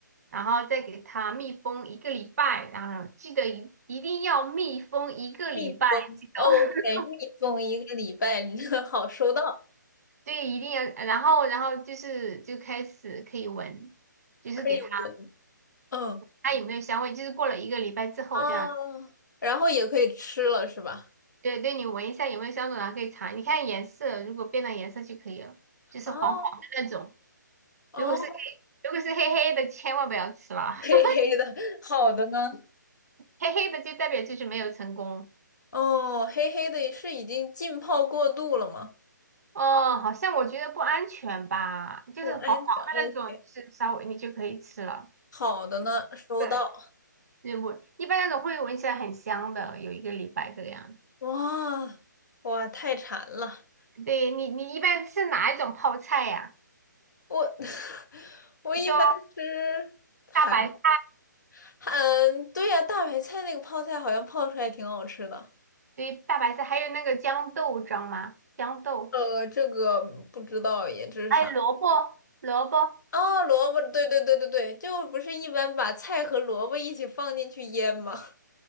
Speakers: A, on the right; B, on the left.
A: 然后再给它密封一个礼拜，然后记得一一定要密封一个礼拜，
B: 密封，OK，
A: 记得 <laughs>
B: 密封一个礼拜，<laughs> 好收到，
A: 对，一定要，然后然后就是就开始可以闻，就是给它
B: 可以闻。嗯。
A: 它有没有香味，就是过了一个礼拜之后这样，
B: 哦，然后也可以吃了是吧？
A: 对对，你闻一下有没有香味，然后可以尝，你看颜色，如果变了颜色就可以了，就是黄黄的那种，
B: 哦哦，
A: 如果是黑，如果是黑黑的千万不要吃了，
B: 黑黑的，
A: <laughs>
B: 好的呢？
A: 黑黑的就代表就是没有成功。
B: 哦，黑黑的是已经浸泡过度了吗？
A: 哦，好像我觉得不安全吧，就是黄黄的那种，
B: 不安全。哦，
A: 就是稍微你就可以吃了。
B: 好的呢，收到。
A: 对，就是我一般那种会闻起来很香的，有一个礼拜这个样子。
B: 哇哇，太馋了！
A: 对你，你一般吃哪一种泡菜呀、
B: 我 <laughs> 我一般吃韩
A: 你说大白菜，
B: 韩，对呀、大白菜那个泡菜好像泡出来挺好吃的。
A: 对，大白菜，还有那个豇豆，知道吗？豇豆，
B: 呃，这个不知道耶，这是啥？
A: 还有萝卜，萝卜，
B: 哦，萝卜，对对对对对，就不是一般把菜和萝卜一起放进去腌吗？